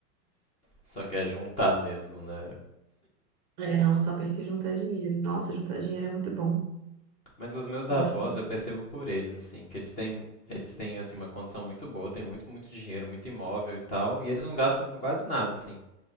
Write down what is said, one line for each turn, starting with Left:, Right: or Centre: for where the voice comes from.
Left: Só quer juntar mesmo, né?
Right: É, não, eu só penso em juntar dinheiro. Nossa, juntar dinheiro é muito bom.
Left: Mas os meus avós,
Right: Eu acho.
Left: eu percebo por eles, assim, que eles têm, eles têm assim, uma condição muito boa, têm muito, muito dinheiro, muito imóvel e tal, e eles não gastam com quase nada, assim.